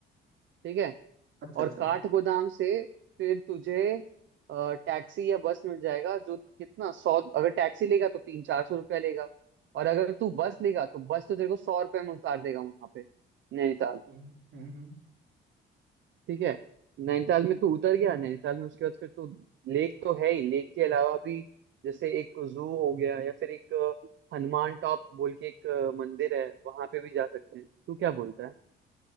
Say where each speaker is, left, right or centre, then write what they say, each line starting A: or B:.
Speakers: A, on the right; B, on the right.
A: ठीक है
B: अच्छा
A: और
B: अच्छा
A: काठ गोदाम से फिर तुझे अ, टैक्सी या बस मिल जाएगा जो कितना सौ अगर टैक्सी लेगा तो तीन चार सौ रुपया लेगा और अगर तू बस लेगा तो बस तो तेरे को सौ रुपये में उतार देगा वहां पे नैनीताल
B: हम्म हम्म हम्म।
A: ठीक है नैनीताल में तू उतर गया नैनीताल में उसके बाद फिर तू लेक तो है ही लेक के अलावा भी जैसे एक जू हो गया या फिर एक अ, हनुमान टॉप बोल के एक अ, मंदिर है वहां पे भी जा सकते हैं तू क्या बोलता है